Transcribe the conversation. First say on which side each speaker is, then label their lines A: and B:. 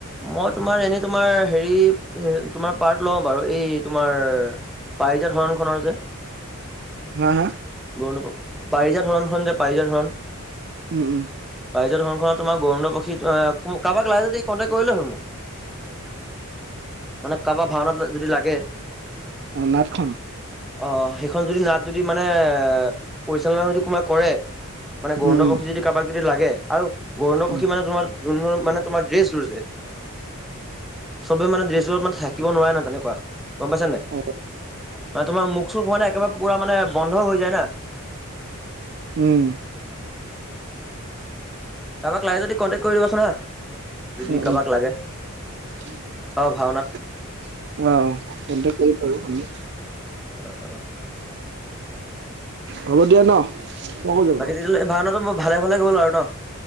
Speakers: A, in the centre; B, on the right.
A: মই তোমাৰ এনেই তোমাৰ হেৰি তোমাৰ পাৰ্ট লও বাৰু এই তোমাৰ প পাৰিজাত হৰণখনৰ যে
B: হাঁ, হাঁ।
A: <unintelligible> পাৰিজাত হৰণ খন যে, পাৰিজাত হৰণ।
B: উ, উ।
A: পাৰিজাত শংখ, তোমাৰ গৌৰন্ন পক্ষী অ' কাৰোবাক লাগে যদি কণ্টেক কৰিলে হ মোক মানে কাৰবাৰ ভাওনাত যদি লাগে।
B: অনটখন
A: অ' সেইখন যদি নাট যদি মানে এ পৰিচালনা যদি কোব কৰে মানে গন্ধৰ
B: উম উম
A: পক্ষী যদি কাৰোবাক যদি লাগে আৰু গৰুণ্ড পক্ষী
B: উম
A: মানে তোমাৰ যোন মানে তোমাৰ ড্ৰেছ যোৰ যে চবে মানে ড্ৰেছবোৰত মানে থাকিব নোৱাৰে না তেনেকুৱা। গম পাইছা নাই?
B: অ
A: বা তোমাৰ ম চুপ হোৱা নাই একেবাৰে পুৰা মানে বন্ধ হৈ যায় না।
B: উম।
A: কাৰোবাক লাগে যদি কণ্টেক্ট কৰি দিবাচোন হা যদি
B: উম
A: কাৰোবাক
B: উম
A: লাগে।
B: অ'
A: কাৰোবাক
B: স
A: ভাওনাত
B: কৰিাৰো আি <unintelligible>
A: আহ অ <unintelligible>
B: হ'ব দিয়া ন। আকৌ যাব
A: বাকী তেতিয়াহ'লে এই ভাওনাটো মই ভালে ভালে গ'লো আৰু ন।